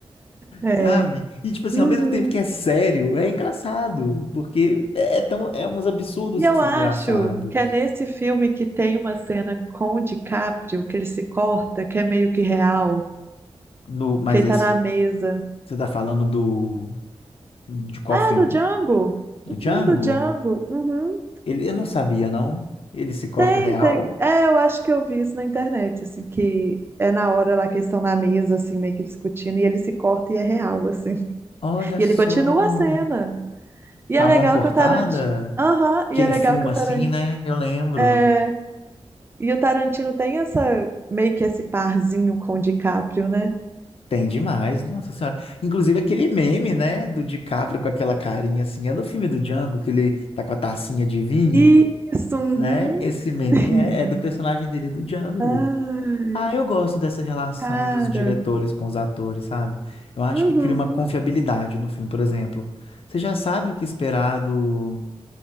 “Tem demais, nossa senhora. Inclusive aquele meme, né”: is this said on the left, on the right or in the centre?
Left